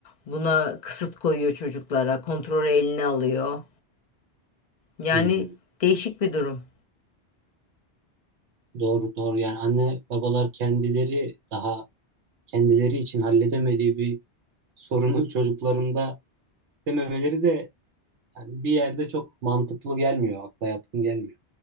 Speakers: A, on the left (about 45°); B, on the right (about 85°).
A: Buna kısıt koyuyor çocuklara, kontrolü eline alıyor. Yani
B: Hı hı.
A: değişik bir durum.
B: Doğru, doğru. Yani anne babalar kendileri daha kendileri için halledemediği bir sorunu çocuklarında istememeleri de yani bir yerde çok mantıklı gelmiyor. Akla yatkın gelmiyor